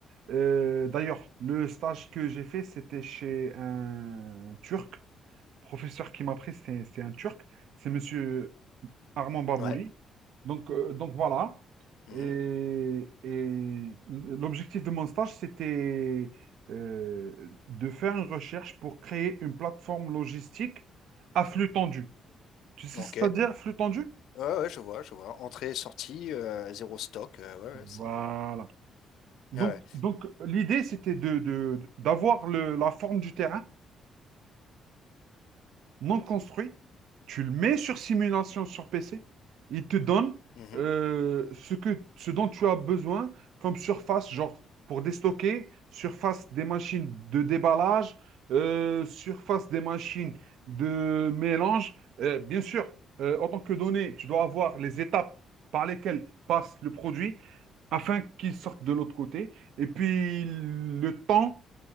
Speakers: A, on the right; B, on the left.
A: Euh, d'ailleurs, le stage que j'ai fait, c'était chez un Turc. Le professeur qui m'a pris, c'était c'était un Turc. C'est monsieur Armand Babouli.
B: ouais.
A: Donc, euh, donc voilà.
B: mhm,
A: Et, et l'objectif de mon stage, c'était euh, de faire une recherche pour créer une plateforme logistique à flux tendu. Tu sais
B: ok.
A: ce que ça veut dire, flux tendu?
B: Ouais, ouais, je vois, je vois. Entrée, sortie, euh, zéro stock. euh, ouais, ouais, c'est.
A: Voilà. Donc,
B: Ouais, ouais,
A: donc l'idée, c'était de, de- d'avoir le- la forme du terrain non construit, tu le mets sur simulation sur PC, il te donne
B: mhm,
A: euh, ce que, ce dont tu as besoin comme surface, genre pour déstocker, surface des machines de déballage, euh, surface des machines de mélange. Euh, bien sûr, euh, en tant que données, tu dois avoir les étapes par lesquelles passe le produit afin qu'il sorte de l'autre côté. Et puis le temps